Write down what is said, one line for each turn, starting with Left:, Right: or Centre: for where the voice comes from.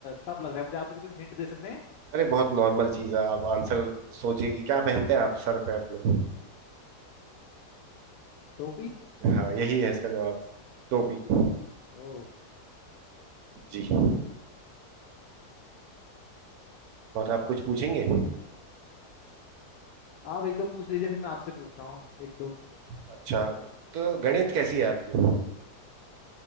Left: टफ लग रहा है मुझे आप मुझे कुछ हिंट दे सकते हैं
Right: अरे बहुत नॉर्मल चीज है आप आंसर सोचिए कि क्या पहनते हैं आप सर पे अपने
Left: टोपी
Right: हाँ यही है इसका जवाब टोपी
Left: ओ
Right: जी और आप कुछ पूछेंगे
Left: आप एक दो पूछ लीजिए फिर मैं आपसे पूछता हूँ एक दो
Right: अच्छा तो गणित कैसी है आपकी